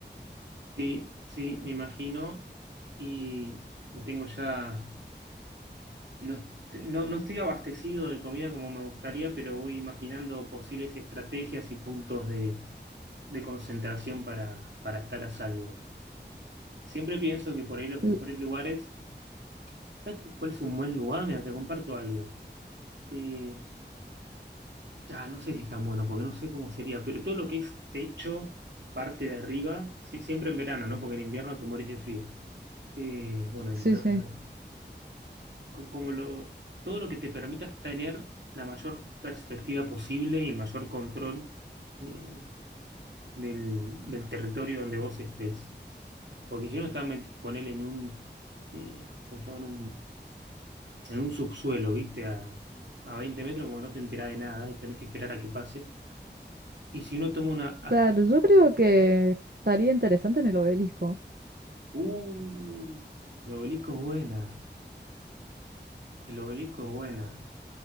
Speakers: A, on the right; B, on the right.
A: Sí, sí, me imagino. Y, y tengo ya. No, est- no, no estoy abastecido de comida como me gustaría, pero voy imaginando posibles estrategias y puntos de, de concentración para, para estar a salvo. Siempre pienso que por ahí los mejores
B: L-
A: lugares. ¿Sabes qué- cuál es un buen lugar? Mira, te comparto algo. Eh, ah, no sé si es tan bueno, porque no sé cómo sería, pero todo lo que es techo, parte de arriba, sí, siempre en verano, ¿no? Porque en invierno te morís de frío. Eh, bueno, en
B: sí,
A: verano,
B: sí.
A: claro. Co- Como lo, todo lo que te permitas tener la mayor perspectiva posible y el mayor control eh, del, del territorio donde vos estés. Porque si uno está, met- ponele en un, eh, ¿cómo se llama? en un subsuelo, ¿viste? A, a 20 metros, como no te enterás de nada y tenés que esperar a que pase. Y si uno toma una... ac-
B: Claro, yo creo que estaría interesante en el obelisco.
A: ¡Uh! El obelisco es buena. El obelisco es buena.